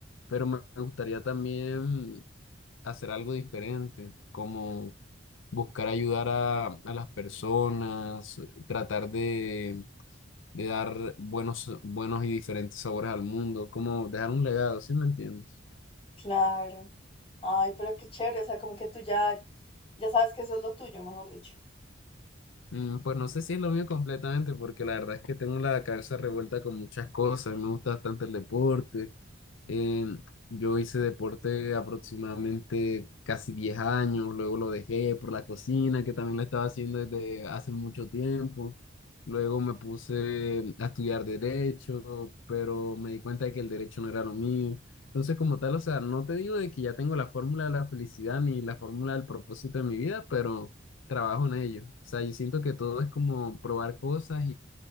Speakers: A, on the left (about 80°); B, on the left (about 30°).
A: pero me me gustaría también hacer algo diferente, como buscar ayudar a, a las personas, tratar de, de dar buenos, buenos y diferentes sabores al mundo, como dejar un legado, ¿sí me entiendes?
B: Claro. Ay, pero qué chévere, o sea, como que tú ya, ya sabes que eso es lo tuyo, mejor dicho.
A: Mm, Pues no sé si es lo mío completamente, porque la verdad es que tengo la cabeza revuelta con muchas cosas, me gusta bastante el deporte, Em, yo hice deporte aproximadamente casi 10 años, luego lo dejé por la cocina, que también lo estaba haciendo desde hace mucho tiempo. Luego me puse a estudiar derecho, pero me di cuenta de que el derecho no era lo mío. Entonces, como tal, o sea, no te digo de que ya tengo la fórmula de la felicidad ni la fórmula del propósito de mi vida, pero trabajo en ello. O sea, yo siento que todo es como probar cosas